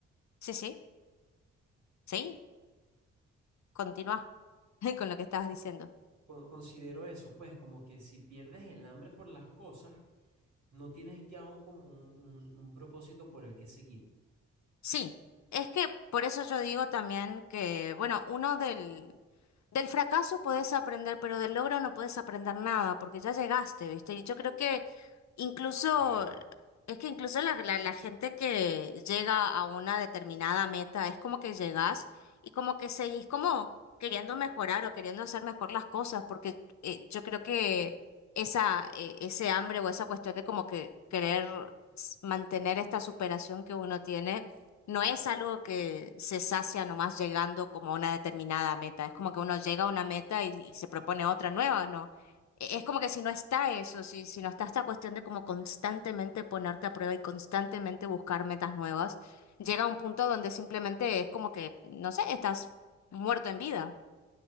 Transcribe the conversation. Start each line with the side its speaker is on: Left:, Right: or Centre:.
Left: sí, sí, sí, continúa <laughs> con lo que estabas diciendo.
Right: Con- Considero eso, pues como que si pierdes el hambre por las cosas, no tienes ya un- como un, un un propósito por el que seguir.
Left: Sí, es que por eso yo digo también que, bueno, uno del, del fracaso podés aprender, pero del logro no podés aprender nada, porque ya llegaste, ¿viste? Y yo creo que incluso,
Right: Wow,
Left: es que incluso la, la, la gente que llega a una determinada meta, es como que llegás y como que seguís como queriendo mejorar o queriendo hacer mejor las cosas, porque eh, yo creo que esa, eh, ese hambre o esa cuestión de como que querer s- mantener esta superación que uno tiene no es algo que se sacia nomás llegando como a una determinada meta. Es como que uno llega a una meta y, y se propone otra nueva, ¿no? E- Es como que si no está eso, si, si no está esta cuestión de como constantemente ponerte a prueba y constantemente buscar metas nuevas, llega a un punto donde simplemente es como que, no sé, estás muerto en vida.